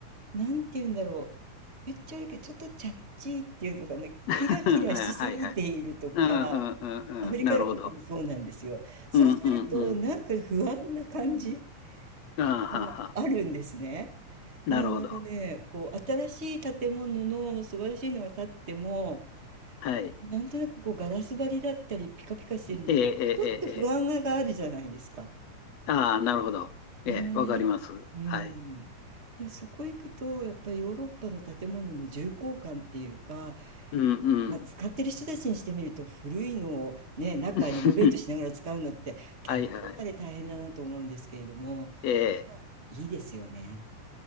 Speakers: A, on the right; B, on the left.
A: なんて言うんだろう。言っちゃうけど、ちょっとチャッチーっていうのかな。
B: <laughs>
A: キラキラしすぎているとか、
B: うんはい、はい。うん、うん、うん、
A: アフリカが特にそうなんですよ。
B: うん、なるほど。
A: そうすると、
B: うん、うん、うん。
A: なんか不安な感じ
B: ああ、はは、
A: があるんですね。
B: なるほど。
A: なんかね、こう、新しい建物の素晴らしいのが建っても、
B: はい。
A: なんとなくこう、ガラス張りだったり、ピカピカしてるのって、
B: ええ、ええ、
A: ちょっと不安があるじゃないですか。
B: ええ、ええああ、なるほど。
A: ねえ、
B: ええ、わかります。
A: うん。
B: はい。
A: で、そこ行くと、やっぱりヨーロッパの建物の重厚感っていうか、
B: うん、うん。
A: まあ、使ってる人たちにしてみると、古いのをね、中リノベートしながら使うのって、
B: <laughs>
A: 結構あれ大変だなと思うんですけれども、
B: はい、はい。ええ。
A: やっぱりいいですよね。